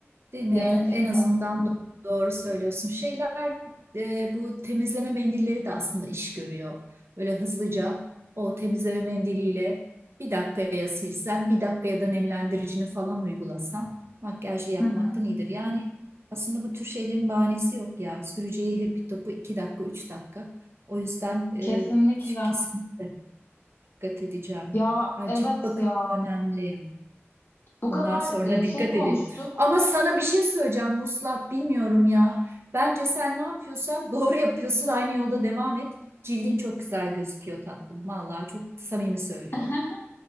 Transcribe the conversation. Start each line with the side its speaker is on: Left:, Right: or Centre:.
Right: Değil mi?
Left: Gerçekten.
Right: En, en azından do- doğru söylüyorsun. Şeyler e, bu temizleme mendilleri de aslında iş görüyor. Böyle hızlıca o temizleme mendiliyle bir dakikaya silsen, bir dakikaya da nemlendiricini falan uygulasan makyajlı yapmaktan
Left: Hı hı.
Right: iyidir. Yani aslında bu tür şeylerin bahanesi yok ya. Süreceği happy topu iki dakika, üç dakika. O yüzden e,
Left: Kesinlikle.
Right: kesinlikle dikkat edeceğim.
Left: Ya
Right: Ha,
Left: evet
Right: cilt bakımı
Left: ya.
Right: önemli yani.
Left: Bu kadar
Right: Bundan sonra
Left: e, şey
Right: dikkat
Left: konuştuk.
Right: edelim. Ama sana bir şey söyleyeceğim Vuslat, bilmiyorum ya. Bence sen ne yapıyorsan doğru yapıyorsun. Aynı yolda devam et. Cildin çok güzel gözüküyor tatlım. Vallahi çok samimi söylüyorum.
Left: <laughs>